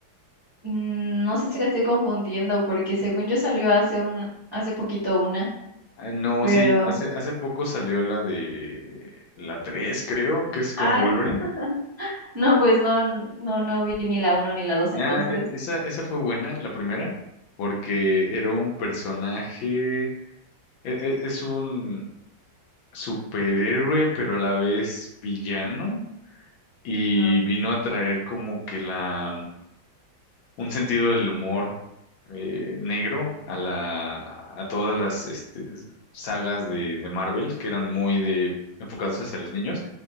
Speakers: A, on the right (about 30°); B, on the left (about 80°).
A: Mm, No sé si la estoy confundiendo porque según yo salió hace una, hace poquito una,
B: Ah, No,
A: pero
B: sí, hace, hace poco salió la de la 3, creo, que es con
A: ah,
B: Wolverine.
A: <laughs> no, pues no, n- no, no vi ni la uno ni la dos
B: Nah,
A: entonces.
B: e- esa, esa fue buena, la primera, porque era un personaje, e- e- es un superhéroe, pero a la vez villano, y
A: No,
B: vino a traer como que la un sentido del humor eh, negro a la a todas las este, sagas de, de Marvel que eran muy de enfocados hacia los niños.